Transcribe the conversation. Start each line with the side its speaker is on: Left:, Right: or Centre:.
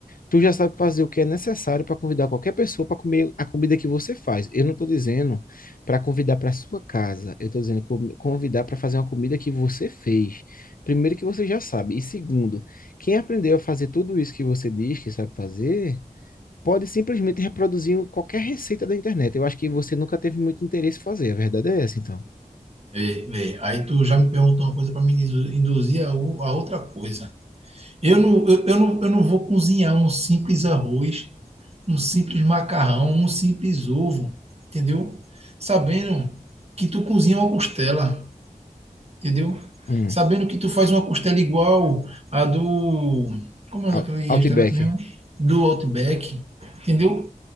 Left: tu já sabe fazer o que é necessário para convidar qualquer pessoa para comer a comida que você faz. Eu não estou dizendo para convidar para sua casa, eu estou dizendo co- convidar para fazer uma comida que você fez. Primeiro que você já sabe. E segundo, quem aprendeu a fazer tudo isso que você diz que sabe fazer pode simplesmente reproduzir qualquer receita da internet. Eu acho que você nunca teve muito interesse em fazer. A verdade é essa, então.
Right: Vê, vê. Aí tu já me perguntou uma coisa para me indu- induzir a, o- a outra coisa. Eu não, eu, eu não, eu não vou cozinhar um simples arroz um simples macarrão, um simples ovo, entendeu? Sabendo que tu cozinha uma costela, entendeu?
Left: Hum.
Right: Sabendo que tu faz uma costela igual a do. Como é naquele
Left: Out-
Right: restaurante
Left: Outback.
Right: mesmo? Do Outback, entendeu?